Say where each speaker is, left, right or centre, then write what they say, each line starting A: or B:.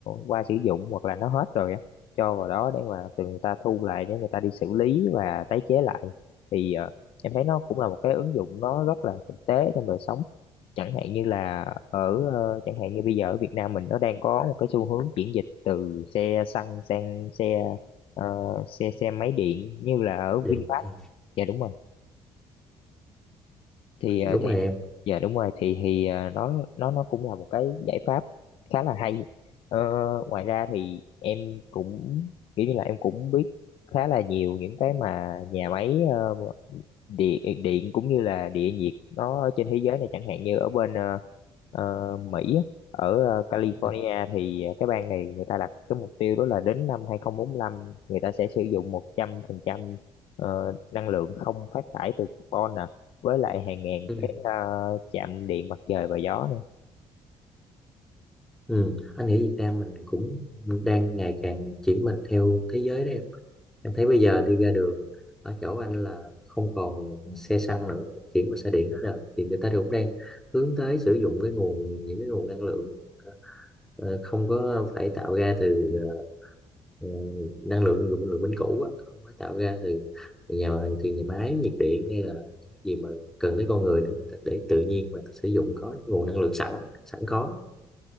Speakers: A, on the left; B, in the centre.
A: qua sử dụng hoặc là nó hết rồi á cho vào đó để mà từ người ta thu lại để người ta đi xử lý và tái chế lại thì ờ, em thấy nó cũng là một cái ứng dụng nó rất là thực tế trong đời sống chẳng hạn như là ở ờ, chẳng hạn như bây giờ ở Việt Nam mình nó đang có một cái xu hướng chuyển dịch từ xe xăng sang xe ờ, xe xe máy điện như là ở
B: Điền,
A: VinFast
B: ừ.
A: dạ đúng rồi thì ờ,
B: đúng
A: thì
B: rồi em
A: dạ đúng rồi thì thì ờ, nó nó nó cũng là một cái giải pháp khá là hay Ờ, ngoài ra thì em cũng kiểu như là em cũng biết khá là nhiều những cái mà nhà máy ờ, địa điện cũng như là địa nhiệt nó ở trên thế giới này chẳng hạn như ở bên ờ, ờ, Mỹ á, ở ờ, California
B: ừ.
A: thì cái bang này người ta đặt cái mục tiêu đó là đến năm 2045 người ta sẽ sử dụng 100% ờ, năng lượng không phát thải từ carbon nè với lại hàng ngàn
B: Ừ.
A: cái ờ, chạm điện mặt trời và gió nữa.
B: Ừ. anh nghĩ Việt Nam mình cũng đang ngày càng chuyển mình theo thế giới đấy em. Em thấy bây giờ đi ra đường ở chỗ anh là không còn xe xăng nữa mà chuyển qua xe điện đó rồi thì người ta thì cũng đang hướng tới sử dụng cái nguồn những cái nguồn năng lượng ờ, không có phải tạo ra từ ờ, ờ, năng lượng dùng lượng vĩnh cửu á không phải tạo ra từ nhà từ nhà máy nhiệt điện hay là những gì mà cần tới con người nữa người ta để tự nhiên mà sử dụng có nguồn năng lượng sẵn sẵn có